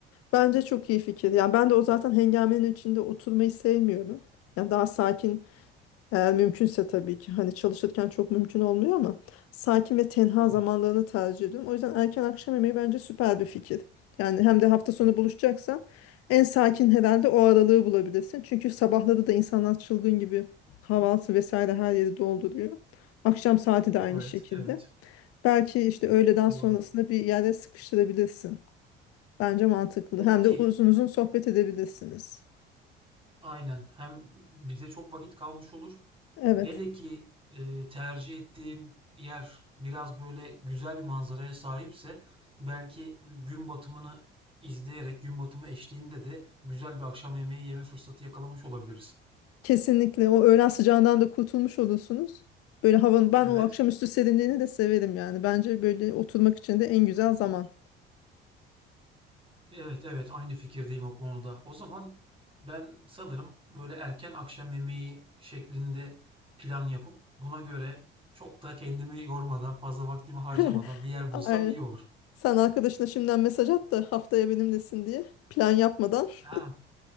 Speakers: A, on the left; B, on the right.
A: Bence çok iyi fikir. Yani ben de o zaten hengamenin içinde oturmayı sevmiyorum. Yani daha sakin Eğer mümkünse tabii ki hani çalışırken çok mümkün olmuyor ama sakin ve tenha
B: Doğru.
A: zamanlarını tercih ediyorum. O yüzden erken akşam yemeği bence süper bir fikir. Yani hem de hafta sonu buluşacaksan en sakin herhalde o aralığı bulabilirsin. Çünkü sabahları da insanlar çılgın gibi kahvaltı vesaire her yeri dolduruyor. Akşam saati de aynı
B: Evet,
A: şekilde.
B: evet,
A: Belki işte öğleden
B: doğru.
A: sonrasında bir yere sıkıştırabilirsin. Bence mantıklı.
B: Hele
A: Hem
B: ki
A: de uzun uzun sohbet edebilirsiniz.
B: aynen hem bize çok vakit kalmış olur.
A: Evet.
B: Hele ki e, tercih ettiğin yer biraz böyle güzel bir manzaraya sahipse belki gün batımını izleyerek gün batımı eşliğinde de güzel bir akşam yemeği yeme fırsatı yakalamış olabiliriz.
A: Kesinlikle o öğlen sıcağından da kurtulmuş olursunuz. Böyle havanın ben
B: Evet.
A: o akşamüstü serinliğini de severim yani. Bence böyle oturmak için de en güzel zaman.
B: Evet evet aynı fikirdeyim o konuda. O zaman ben sanırım böyle erken akşam yemeği şeklinde plan yapıp buna göre çok da kendimi yormadan fazla vaktimi harcamadan
A: <laughs>
B: bir yer bulsam
A: Aynen.
B: iyi olur.
A: Sen arkadaşına şimdiden mesaj at da haftaya benimlesin diye. Plan yapmadan.
B: Ha,
A: <laughs>